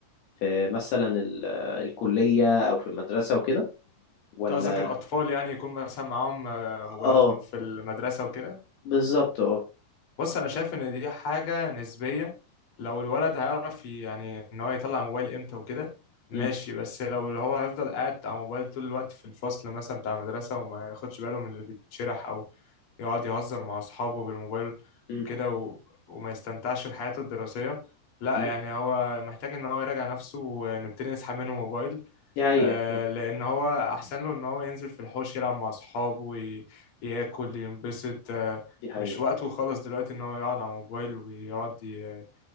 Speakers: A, on the left; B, on the left.
A: في مثلا ال... آه، الكلية أو في المدرسة وكده ولا
B: أنت قصدك الأطفال يعني يكون مثلا معاهم آه، موبايلاتهم
A: اه
B: في المدرسة وكده
A: بالظبط اه
B: بص انا شايف ان دي حاجه نسبيه لو الولد هيعرف ي- يعني ان هو يطلع الموبايل امتى وكده ماشي
A: م-
B: بس لو اللي هو هيفضل قاعد على الموبايل طول الوقت في الفصل مثلا بتاع المدرسه وما ياخدش باله من اللي بيتشرح او يقعد يهزر مع اصحابه بالموبايل
A: م-
B: وكده و... وما يستمتعش بحياته الدراسيه لا
A: م.
B: يعني هو محتاج ان هو يراجع نفسه ونبتدي نسحب منه موبايل
A: دي حقيقة
B: آه،
A: آه،
B: لان هو احسن له ان هو ينزل في الحوش يلعب مع اصحابه وي- ياكل ينبسط آه،
A: دي حقيقة
B: مش وقته خالص دلوقتي ان هو يقعد على الموبايل ويقعد ي...